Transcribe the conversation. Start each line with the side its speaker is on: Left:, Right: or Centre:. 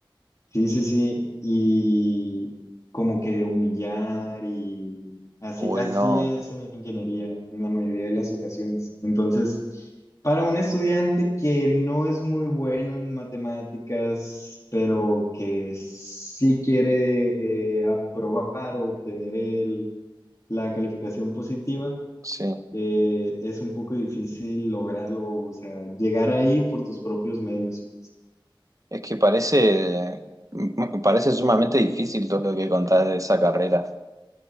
Left: Sí, sí, sí. Y como que humillar y así,
Right: Uy,
Left: así
Right: no.
Left: es en ingeniería en la mayoría de las ocasiones. Entonces, para un estudiante que no es muy bueno en matemáticas, pero que sí quiere eh, aprobar o obtener el- la calificación positiva,
Right: Sí.
Left: eh, es un poco difícil lograrlo, o sea, llegar ahí por tus propios medios.
Right: Es que parece, me parece sumamente difícil todo lo que contás de esa carrera.